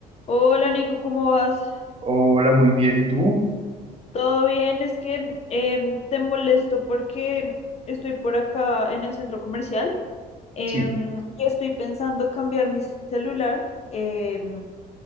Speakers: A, on the left (about 40°); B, on the right (about 35°).
A: Hola Nico, ¿cómo vas?
B: Hola, muy bien. ¿Y tú?
A: ¿Todo bien? Es que em, te molesto porque estoy por acá en el centro comercial em,
B: Sí.
A: y estoy pensando cambiar mi celular. Em,